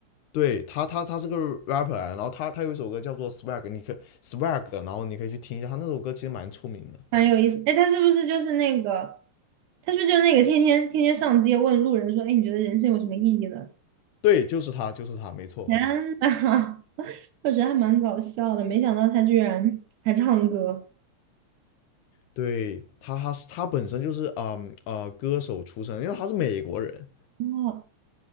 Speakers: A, on the left; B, on the right.
A: 对他，他他是个 rapper，啊然后他他有一首歌叫做 Swag，你可 Swag，然后你可以去听一下，他那首歌其实蛮出名的。
B: 蛮有意思。哎，他是不是就是那个，他是不是就是那个天天天天上街问路人说，哎，你觉得人生有什么意义呢？
A: 对，就是他，就是他，没错。
B: <laughs> 天呐，<laughs> 我觉得还蛮搞笑的，没想到他居然还唱歌。
A: 对他，他是他本身就是啊呃歌手出身，因为他是美国人，
B: 哦